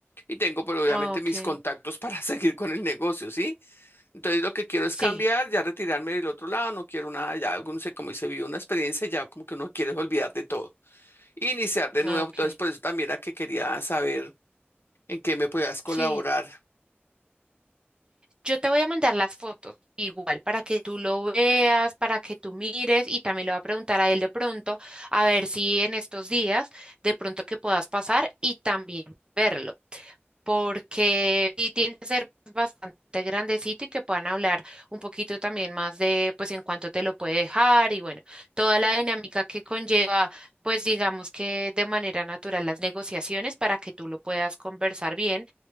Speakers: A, on the left (about 65°); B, on the right (about 25°).
A: Y tengo, pero obviamente
B: Okay.
A: mis contactos para <laughs> seguir con el negocio, ¿sí? Entonces lo que quiero es
B: Sí,
A: cambiar, ya retirarme del otro lado, no quiero nada, ya uno se, como se vive una experiencia, ya como que uno quiere olvidar de todo, iniciar de nuevo,
B: okay.
A: entonces por eso también era que quería saber en qué me podías colaborar.
B: Sí. Yo te voy a mandar las fotos igual para que tú lo veas, para que tú mires y también le voy a preguntar a él de pronto a ver si en estos días de pronto que puedas pasar y también verlo, porque sí tiene que ser bastante grandecito y que puedan hablar un poquito también más de pues en cuánto te lo puede dejar y bueno, toda la dinámica que conlleva pues digamos que de manera natural las negociaciones para que tú lo puedas conversar bien